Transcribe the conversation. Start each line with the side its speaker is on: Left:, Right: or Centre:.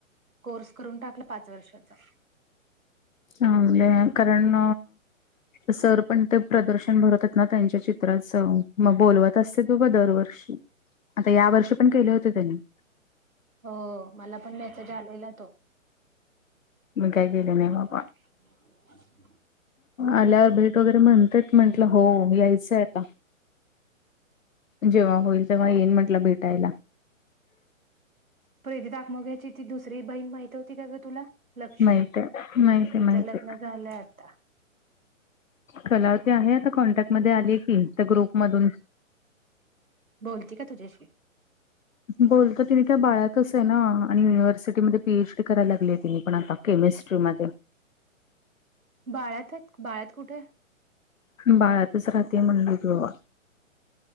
Right: कोर्स करून टाकला पाच वर्षाचा
Left: हे कारण सर पण ते प्रदर्शन भरतात ना त्यांच्या चित्रात मग बोलवत असते ग दरवर्षी आता या वर्षी पण केले होते त्यानी
Right: हो मला पण मेसेज आलेला तो
Left: मी काय केलं नाही बा
Right: ह
Left: आल्यावर भेट वगैरे म्हणतेेत म्हंटलं हो यायचंय आता जेव्हा होईल तेव्हा येईन म्हटलं भेटायला
Right: प्र दाखमग्याची ती दुसरी बहीण माहती होती का ग तुला लक्ष्मी
Left: माहित आहे माहिती
Right: तिचं
Left: आहे माहिती
Right: लग्न
Left: आहे
Right: झालंय आता
Left: कलावती आहे आता कॉन्टॅक्टमध्येध्ये आली आहे की त्या ग्रुपमधून
Right: बोलते का तुझ्याशी
Left: बोलत तिने त्या बाळ्यातच आहे ना आणि युनिव्हर्सिटी म पीएच डी करायला लागली आहे तिने पण आता केमिस्ट्रीमध्ये.
Right: बाळ्यातच. बाळ्यात कुठे?
Left: बाळातच राहते म्हणल <unintelligible>